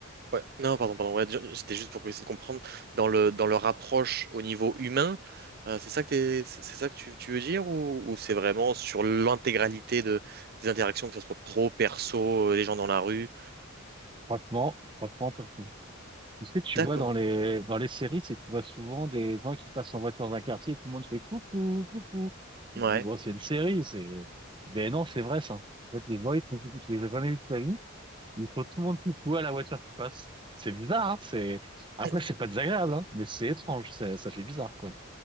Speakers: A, on the right (about 50°); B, on the right (about 25°).
A: ouais, non pardon pardon ouais, ju- c'était juste pour essayer de comprendre dans le dans leur approche au niveau humain euh, c'est ça que t'es- c'est c'est ça que tu, tu veux dire ou, ou c'est vraiment sur l'intégralité de des interactions que ce soit pro perso euh, les gens dans la rue
B: franchement, franchement, t'as tout. Tu sais, tu
A: d'accord
B: vois dans les dans les séries, c'est tu vois souvent des gens qui passent en voiture dans un quartier et tout le monde fait coucou, coucou. Tu
A: ouais
B: te dis, bon, c'est une série, c'est... Ben non, c'est vrai, ça. En fait, les gens, ils, font coucou, tu les as jamais vus de ta vie, ils font tout le monde coucou à la voiture qui passe. C'est bizarre, hein, c'est... Après,
A: ah
B: c'est pas désagréable, hein, mais c'est étrange, ça, ça fait bizarre, quoi.